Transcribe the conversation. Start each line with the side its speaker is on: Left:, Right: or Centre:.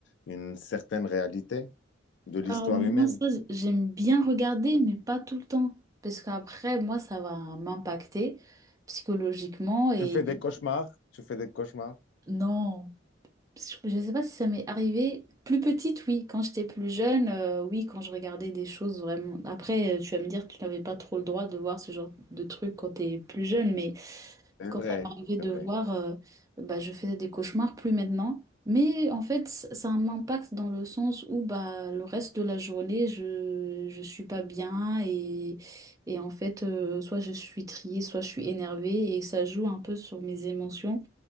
Left: une certaine réalité de l'histoire
Right: Alors moi,
Left: humaine.
Right: ça, j- j'aime bien regarder, mais pas tout le temps. Parce qu'après, moi, ça va m'impacter psychologiquement et
Left: Tu fais des cauchemars, tu fais des cauchemars.
Right: non. Je ne sais pas si ça m'est arrivé. Plus petite, oui. Quand j'étais plus jeune, euh, oui, quand je regardais des choses vraiment. Après, euh, tu vas me dire que tu n'avais pas trop le droit de voir ce genre de trucs quand tu es plus jeune, mais
Left: C'est
Right: quand
Left: vrai,
Right: ça m'arrivait de
Left: c'est vrai.
Right: voir, euh, bah, je faisais des cauchemars, plus maintenant. Mais en fait, c- ça a un impact dans le sens où bah, le reste de la journée, je je suis pas bien et, et en fait, euh, soit je suis triée, soit je suis énervée et ça joue un peu sur mes émotions.